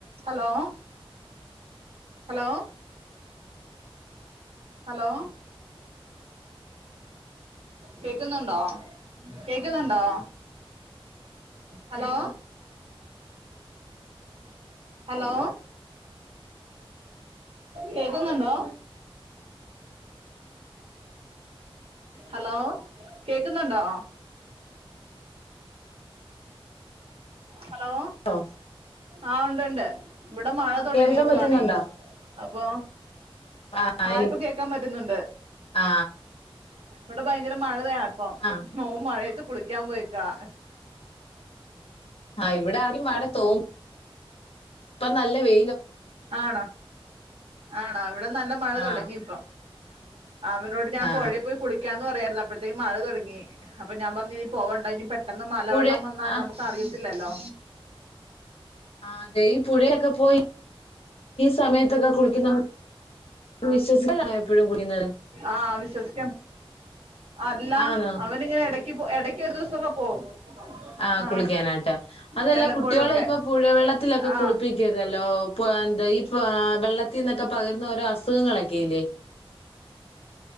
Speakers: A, on the right; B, on the left.
A: Hello hello hello കേക്കുന്നുണ്ടോ കേക്കുന്നുണ്ടോ hello hello കേക്കുന്നുണ്ടോ ഹലോ കേക്കുന്നുണ്ടോ ഹലോ
B: ഓ
A: ആഹ ഉണ്ട് ഉണ്ട് ഇവിടെ മഴ
B: ആ
A: തൊടങ്ങിയക്കയാണേ
B: കേൾക്കാൻ പറ്റുന്നുണ്ടോ
A: അപ്പൊ
B: ആ
A: ആയഇപ്പൊ
B: എനിക്ക്
A: കേക്കാൻ പറ്റുന്നുണ്ട്
B: ആ
A: ഇവിടെ ഭയങ്കര മഴാണ്
B: ആ
A: മഴയത്ത്- കുളിക്കാൻ പോയി ആ
B: ആഹ ഇവിടെ മഴ തീർന്നോ ഇപ്പ നല്ല വെ
A: ആണോ ആണോ ഇവിടെ നല്ല മഴ
B: ആ
A: തുടങ്ങിയിപ്പം <inaudible> അവനോട് ഞാൻ
B: ആ
A: പുഴെ പോയി കുളിക്കാന്ന് പറയാം അപ്പോഴത്തേക്ക് മഴ തുടങ്ങി അപ്പൊ ഞാൻ പറഞ്ഞ് ഇനി പോവണ്ട ഇനി പെട്ടെന്ന് മലവെള്ളം
B: പുഴ
A: വന്നാൽ
B: ആ
A: നമുക്ക് അറിയ- ഇല്ലല്ലോ
B: ആ അതെ ഈ പുഴയൊക്കെ പോയി സമയത്തൊക്കെ കുളിക്കുന്ന നമുക്ക് വിശ്വസിക്കലാണോ എപ്പോഴും കുളിക്കുന്നത്
A: ആഹ് വിശ്വസിക്കാം അല്ല
B: ആണോ
A: അവൻ ഇങ്ങനെ ഇടക്ക് പോ ഇടക്ക് ഒരു ദിവസമൊക്കെ പോവും
B: ആ
A: ആഹ്
B: കുളിക്കാനായിട്ട് അതല്ല
A: വല്ലപ്പോഴും
B: കുട്ടികളെ
A: ഒക്കെ
B: ഇപ്പൊ പുഴവെള്ളത്തിലൊക്കെ
A: ആഹ്
B: കുളിപ്പിക്കരുതല്ലോ ഓ പ ഇപ്പൊ വെള്ളത്തിൽ നിന്ന് പകരുന്ന അസുഖങ്ങൾ ഇല്ലേ